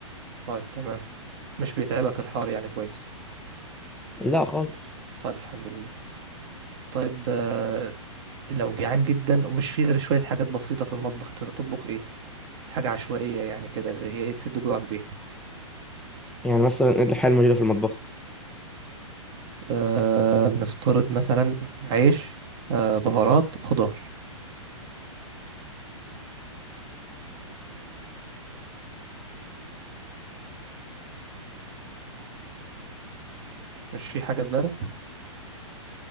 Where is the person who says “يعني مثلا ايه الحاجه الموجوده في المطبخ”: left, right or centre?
Centre